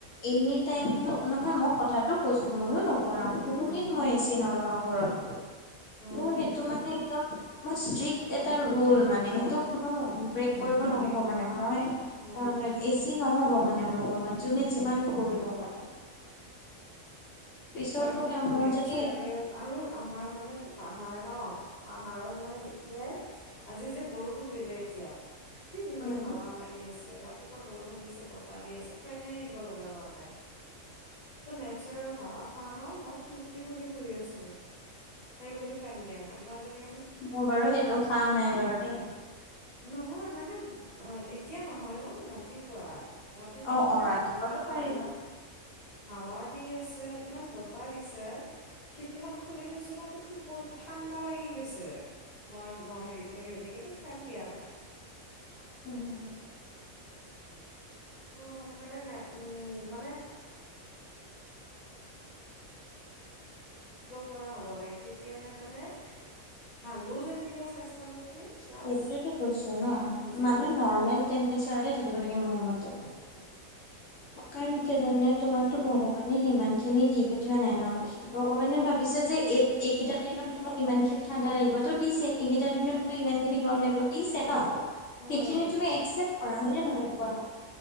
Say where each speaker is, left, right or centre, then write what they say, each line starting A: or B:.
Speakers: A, on the left; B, on the left.
A: এনি টাইমটো,
B: অ
A: নহয় মই কথাটো কৈছো ময়ো নক কৰাও কোনোদিন
B: উম উম
A: মই এ ছি নলগাও ঘৰত,
B: উম
A: মোৰ সেইটো মানে একদম মই ষ্ট্ৰিক্ট এটা ৰোল মানে সেইটো কোনো ব্ৰেক
B: মোৰো
A: কৰিব নহ'ব
B: দেই
A: মানে, মই
B: উম
A: <inaudible> এ চি নহ'ব মানে মোৰ ৰুমত, যোনে যিমান কৰিলেও মানে। পিছত
B: কাৰণ
A: বোলে মোৰ
B: নেচেৰেল
A: যদি
B: আৰু আমাৰ মানেটো পাহাৰ ন পাহাৰত মানে এতিয়াই আজি যে বৰষুণ দিলে এতিয়া কি ধুনীয়া
A: উম
B: হাৱা মাৰি আছে, ৰাতিপুৱা বৰষুণ দিছে বতাহ দি আছে ফেনে এৰিব লগা হোৱা নাই। ইটো নেচেৰেল হাৱা। হয় ন মই খিৰিকী খুলি শুই আছো, সেই বুলি ফেন দিয়া নাই, মই যেনে
A: মোৰ বাৰু সেইটো খা নাই বাৰু দেই।
B: নহয় মানে এতিয়া নহয় অ ৰাতিপুৱা। ৰাতিপুৱা
A: অ
B: মানে
A: অ ৰাতিপুৱাতো
B: ইমান
A: পাৰিব
B: হাৱা দি আছে। ইমান বতাহ দিছে খিৰকিখন খুলি থৈছোঁ ন মোৰ টোপন ঠাণ্ডা লাগি গৈছে। মই মোৰ হে হেৰিকে সেইটো ফেন দিয়া নাই।
A: <unintelligible>
B: <unintelligible> মিলিব পৰা হ'ব লাগে, তেতিয়াহে মানে ভালো থাকিব স্বাস্থ্য প্লাছ
A: সেইটোৱেটো কৈছো ন,
B: বুজিব
A: মানুহে নৰ্মেল টেম্পচাৰতে থাকিব লাগে, মোৰ মতে।
B: <inaudible>
A: কাৰণ কি জানা নে, তোমাকতো ভগৱানে সিমান খিনি দি পঠিওৱা নাই ন, ভগৱানে ভাব বিছে যে, এই এইকেইটা দিনত তোমাক ইমানখিনি ঠাণ্ডা লাগিব, তো দিছে। এইকেইটা দিনত তোমাৰ ইমান খিনি গৰম লাগিব দিছে ন।
B: উম
A: সেইখিনি তুমি একচেপ্ত কৰা, হয় নে নহয় কোৱা?